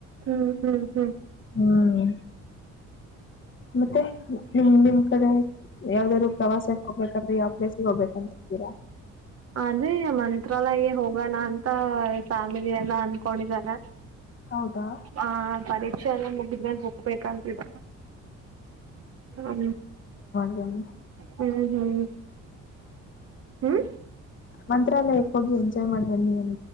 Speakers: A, on the right; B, on the left.
A: ಹ್ಮ್ ಹ್ಮ್ ಹ್ಮ್
B: ಹ್ಮ್ ಮತ್ತೆ ನಿಮ್ ನಿಮ್ ಕಡೆ ಯಾವ್ದಾದ್ರು ಪ್ರವಾಸಕ್ ಹೋಗ್ಬೇಕಂದ್ರೆ ಯಾವ್ ಪ್ಲೇಸ್ಗೆ ಹೋಗ್ಬೇಕಂತಿದ್ದೀರಾ.
A: ಅದೇ ಮಂತ್ರಾಲಯಗೆ ಹೋಗೋಣ ಅಂತ ಫ್ಯಾಮಿಲಿ ಎಲ್ಲ ಅನ್ಕೊಂಡಿದ್ದಾರೆ.
B: ಹೌದಾ
A: ಹಾ ಪರೀಕ್ಷೆ ಎಲ್ಲ ಮುಗ್ <unintelligible> ಪೆ ಕಂಪ್ಲೀಟ ಹ್ಮ್.
B: ಒನ್
A: ಹ್ಮ್ ಹ್ಮ್ ಹ್ಮ
B: ಮಂತ್ರಾಲಯಕ್ಕೆ ಹೋಗಿ ಎಂಜಾಯ್ ಮಾಡ್ ಬನ್ನಿ ಒನ್